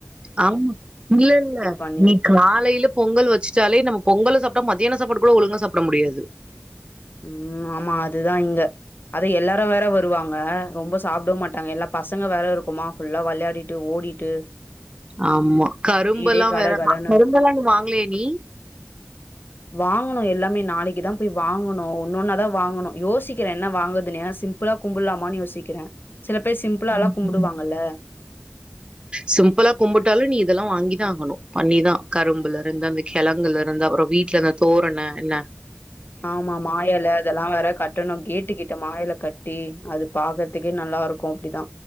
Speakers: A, on the right; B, on the left.
A: ஆமா இல்ல இல்ல
B: பண்ணி
A: நீ காலையில பொங்கல் வெச்சு சாலே நம்ம பொங்கலு சாப்டா மதியானோ சாப்பாடு கூட ஒழுங்க சாப்ட முடியாது
B: ம் ஆமா அதுதா இங்க அது எல்லாரு வேற வருவாங்க ரொம்ப சாப்டவு மாட்டாங்க எல்லா பசங்க வேற இருக்குமா ஃபுல்லா வெளயாடிட்டு ஓடிட்டு
A: ஆமா கரும்பெல்லா
B: வீடே கடகடன்னு
A: வேற கரும்பெல்லா
B: இருக்கும்.
A: நீ வாங்கலியா நீ
B: வாங்கணு எல்லாமே நாளைக்குதா போய் வாங் கணு ஒன்னென்னாதா வாங்கணு யோசிக்கற என்ன வாங்கற்துனு ஏனா சிம்பிளா கும்புல்லாமானு யோசிக்கிறே சில பேர் சிம்பிளால்லா
A: ம்.
B: கும்புடுவாங்கல்ல
A: சிம்பிளா கும்புட்டாலு நீ இதெல்லா வாங்கிதா ஆகணு பண்ணி தா கரும்புல இருந்து அந்த கெழங்குலருந்து அப்புறோ வீட்ல அந்த தோரண என்ன
B: ஆமா மா எலை அதெல்லா வேற கட்டணு கேட்டுக்கிட் ட மா எல கட்டி அது பாக்கற்துக்கே நல்லாருக்கு அப்டிதா